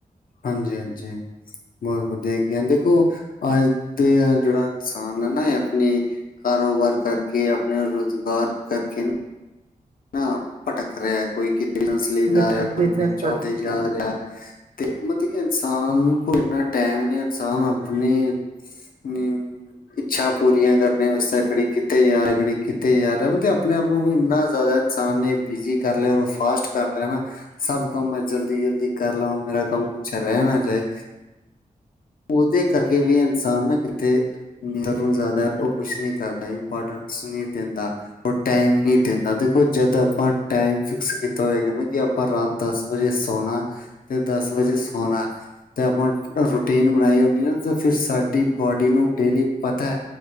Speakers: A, on the left (about 70°); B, on the right (about 45°).
A: ਹਾਂਜੀ-ਹਾਂਜੀ ਬੋਤ ਵਧੀਆ ਹੈਗੀਆਂ ਦੇਖੋ ਅੱਜ ਦਾ ਜੇੜਾ ਇਨਸਾਨ ਹੈ ਨਾ ਇਹ ਆਪਣੀ ਕਾਰੋਬਾਰ ਕਰਕੇ ਆਪਣੇ ਰੁਜ਼ਗਾਰ ਕਰਕੇ ਨਾ ਨਾ ਭਟਕ ਰਿਆ ਕੋਈ ਕਿਤੇ ਬਿਜਨਸ ਲਈ ਜਾ
B: ਬਿਲਕੁਲ
A: ਰਿਆ ਕੋਈ
B: ਬਿਜ਼ਨਸ
A: ਜੋਬ
B: ਕਰਕੇ
A: ਤੇ ਜਾ ਰਿਆ। ਤੇ ਮਤਲਬ ਕਿ ਇਨਸਾਨ ਕੋਲ ਇੰਨਾ ਟਾਈਮ ਨਈ ਆ ਇਨਸਾਨ ਆਪਣੇ ਮੀਊਂ ਇੱਛਾ ਪੂਰੀਆਂ ਕਰਨੇ ਵਾਸਤੇ ਕਦੀ ਕਿੱਥੇ ਜਾ ਰਏ ਕਦੀ ਕਿੱਥੇ ਜਾ ਰਏ ਮਤਲਬ ਆਪਣੇ ਆਪ ਨੂੰ ਇੰਨਾ ਜਾਦਾ ਇਨਸਾਨ ਨੇ ਬਿਜ਼ੀ ਕਰ ਲਿਆ ਔਰ ਫਾਸਟ ਕਰ ਲਿਆ ਨਾ ਸਭ ਕੰਮ ਮੈਂ ਜਲਦੀ-ਜਲਦੀ ਕਰਲਾਂਵਾ ਮੇਰਾ ਕੰਮ ਕੁੱਛ ਰੈ ਨਾ ਜਾਏ ਉਹਦੇ ਕਰਕੇ ਵੀ ਇਨਸਾਨ ਨਾ ਕਿਤੇ ਮੇਰਾ ਗੁਣ ਜਾਦਾ ਓ ਕੁਛ ਨਈ ਕਰਦਾ ਇੰਪੋਟੈਂਸ ਨਈ ਦੇਂਦਾ। ਓ ਟੈਮ ਨੀ ਦਿੰਦਾ ਦੇਖੋ ਜਦ ਆਪਾਂ ਟੈਮ ਫਿਕਸ ਕੀਤਾ ਹੋਏਗਾ ਨਾ ਕਿ ਅ ਆਪਾਂ ਰਾਤ ਦਸ ਵਜੇ ਸੋਣਾ ਤੇ ਦਸ ਵਜੇ ਸੋਣਾ ਤੇ ਆਪਾਂ ਰੁ ਰੂਟੀਨ ਬਣਾਈ ਹੁੰਦੀ ਐ ਤਾਂ ਫਿਰ ਸਾਡੀ ਬੋਡੀ ਨੂੰ ਡੇਲੀ ਪਤਾ